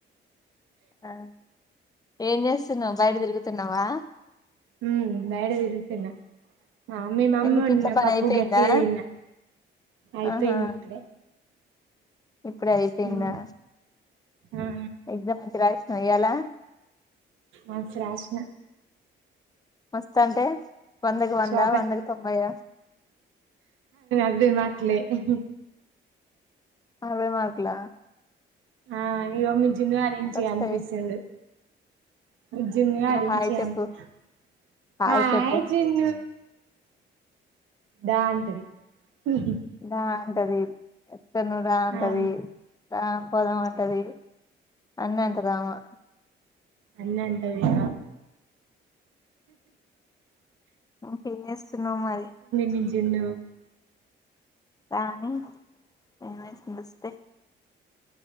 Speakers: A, on the left; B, on the right.
A: ఆ ఏం చేస్తున్నావ్ బయట తిరుగుతున్నవా
B: ఉ బయట తిరుగుతున్న ఆ మీ మమ్మీ
A: ఎందుకు
B: వండిన
A: ఇంట్లో పని
B: పప్పు
A: అయిపోయిందా
B: గట్టిగ తిన్న అయిపోయింది
A: ఆహా
B: ఇప్పుడే
A: ఇప్పుడే అయిపోయిందా
B: ఉమ్ ఆ
A: ఎగ్జామ్ మంచిగా రాస్నవా అయ్యేలా
B: ఆ ప్రశ్న
A: మస్త్ అంటే వందకి వందా
B: సూపర్
A: వందకు తొంభై ఆహ్.
B: అే మాట్లే ఉహూ.
A: అవే మార్కుల.
B: ఆ ఇగో మీ జున్ను గాడు ఈడ్నుంచి
A: వస్తాయి
B: కనిపిస్తుండు. మీ జున్ను గాడు ఈ
A: హాయ్
B: నుంచి
A: చెప్పు
B: కనిపి
A: హాయ్
B: హాయ
A: చెప్పు
B: జున్ను దా అంటది. ఉహుమ్
A: నా అంటది ను రా అంటది
B: ఆ
A: ఆ పోదాం అంటది అన్నంత గామా
B: అన్ని అంటది ఇక
A: ఉమ్ ఏం చేస్తునావ్ మరి
B: మీ జున్ను
A: రానీ ఏమై నమస్తే